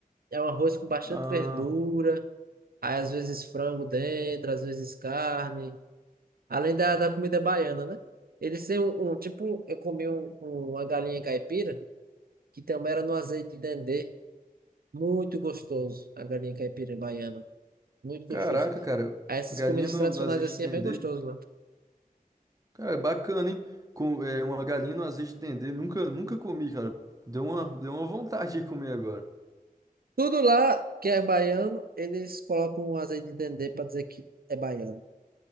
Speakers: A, on the right; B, on the right.
A: É um arroz com bastante
B: Ah,
A: verdura, aí às vezes frango dentro, às vezes carne. Além da, da comida baiana, né? Eles têm um, um- tipo, eu comi um- um- uma galinha caipira, que também era no azeite de dendê. Muito gostoso, a galinha caipira baiana. Muito gostoso.
B: caraca, cara,
A: Aí Essas
B: galinha
A: comidas
B: no,
A: tradicionais
B: no azeite
A: assim
B: de dendê.
A: é bem gostoso lá.
B: Cara, é bacana, hein? Com, é, uma galinha no azeite de dendê, nunca, nunca comi, cara. Deu uma, deu uma vontade de comer agora. <laughs>
A: Tudo lá que é baiano, eles colocam um azeite de dendê para dizer que é baiano.